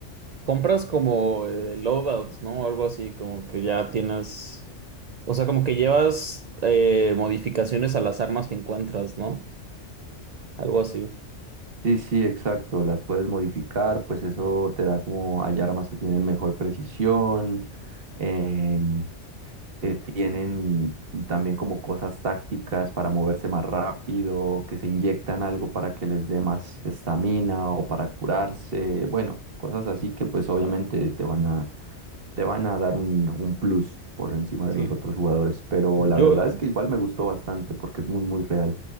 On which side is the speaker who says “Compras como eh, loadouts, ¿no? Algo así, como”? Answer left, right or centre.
Right